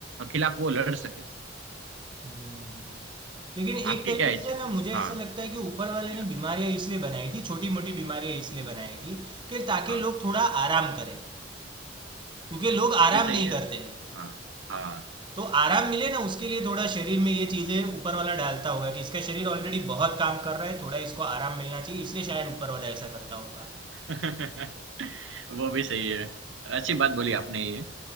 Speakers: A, on the right; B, on the right.
A: खिलाफ वो लड़ सके
B: हम्म, लेकिन एक
A: आपकी
B: तरीके
A: क्या
B: से
A: इच्छा है
B: ना मुझे ऐसा
A: हाँ
B: लगता है कि ऊपर वाले
A: क्या
B: ने बीमारियां इसलिए बनाई थी छोटी मोटी बीमारियां इसलिए बनाई थी कि ताकि
A: हाँ
B: लोग थोड़ा आराम करें क्योंकि लोग आराम
A: वो भी सही
B: नहीं
A: है
B: करते हैं
A: हाँ हाँ
B: तो आराम मिले ना उसके लिए थोड़ा शरीर में ये चीजें ऊपर वाला डालता होगा कि इसका शरीर ऑलरेडी बहुत काम कर रहा है थोड़ा इसको आराम मिलना चाहिए इसलिए शायद ऊपर वाला ऐसा करता होगा
A: <laughs> वो भी सही है अच्छी बात बोली आपने ये